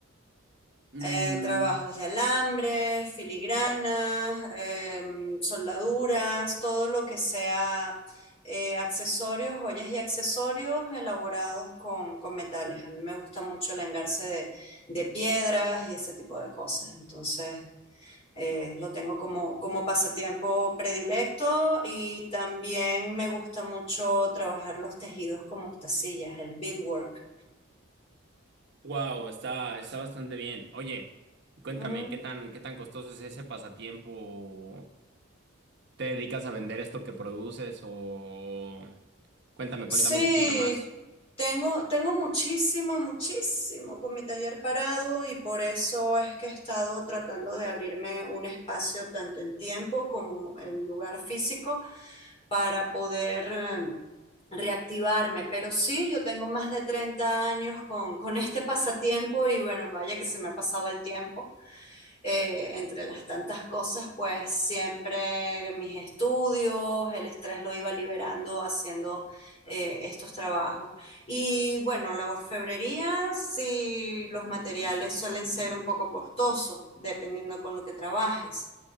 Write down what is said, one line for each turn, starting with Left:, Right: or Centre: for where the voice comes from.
Right: Mm,
Left: eh, trabajos de alambres, filigranas, em, soldaduras, todo lo que sea eh, accesorios, joyas y accesorios elaborados con, con metales. A mí me gusta mucho el engarce de, de piedras y ese tipo de cosas. Entonces, eh, lo tengo como, como pasatiempo predilecto y también me gusta mucho trabajar los tejidos con mostacillas, el beadwork.
Right: wow, está, está bastante bien. Oye, cuéntame,
Left: Mm,
Right: ¿qué tan, qué tan costoso es ese pasatiempo? ¿Te dedicas a vender esto que produces o...? Cuéntame,
Left: Sí,
Right: cuéntame un poquito más.
Left: tengo, tengo muchísimo, muchísimo con mi taller parado y por eso es que he estado tratando de abrirme un espacio tanto en tiempo como en lugar físico para poder eh, reactivarme. Pero sí, yo tengo más de 30 años con, con este <laughs> pasatiempo y bueno, vaya que se me ha pasado el tiempo eh, entre las tantas cosas, pues siempre mis estudios, el estrés lo iba liberando haciendo eh, estos trabajos. Y bueno, la orfebrería, sí, los materiales suelen ser un poco costosos, dependiendo con lo que trabajes